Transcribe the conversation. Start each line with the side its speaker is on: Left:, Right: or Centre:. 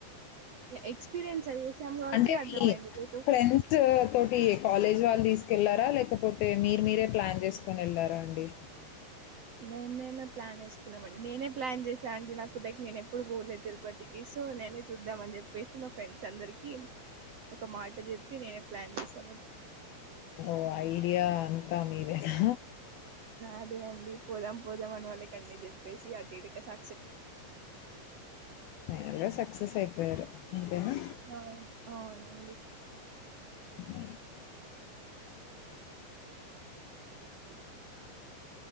Right: ఎక్స్పీరియన్స్ చేసాం కాబట్టి
Left: అంటే
Right: అర్థమైంది
Left: మీ
Right: లేక
Left: ఫ్రెండ్స్ తోటి కాలేజ్ వాళ్ళు తీసుకెళ్లారా లేకపోతే మీరు మీరే ప్లాన్ చేసుకొని వెళ్లారా అండి
Right: మేము మేమే ప్లాన్ వేసుకున్నామ అండి నేనే ప్లాన్ చేసాను అండి నా కు దగ్గ నేను ఎప్పుడు పోలేదు తిరుపతికి సో నేనే చూద్దాం అని చెప్పేసి మా ఫ్రెండ్స్ అందరికి ఒక మాట చెప్పి నేనే ప్లాన్ చేసాం
Left: ఓ ఆ ఏరియా అంతా మీదేనా
Right: అదే అండి పోదాం పోదాం అని వాళ్ళ కన్నీ చెప్పేసి అటు ఇటుక సా
Left: ఫైనల్గా సక్సెస్ అయిపోయారు అంతేనా
Right: అవును అవునండి
Left: అ
Right: ఇ అలి